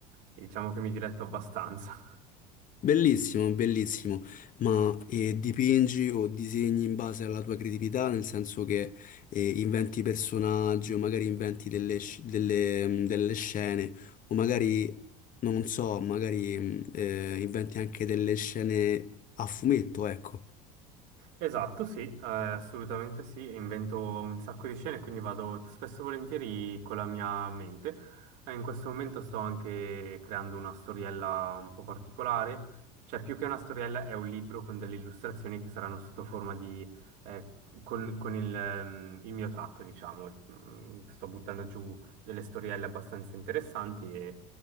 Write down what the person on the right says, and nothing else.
e diciamo che mi diletto abbastanza.
Esatto, sì, eh, assolutamente sì, invento un sacco di scene, quindi vado spesso e volentieri con la mia mente. Eh, in questo momento sto anche creando una storiella un po' particolare, cioè più che una storiella è un libro con delle illustrazioni che saranno sotto forma di... eh, con, con il, ehm, il mio tratto, diciamo. Mm, Sto buttando giù delle storielle abbastanza interessanti e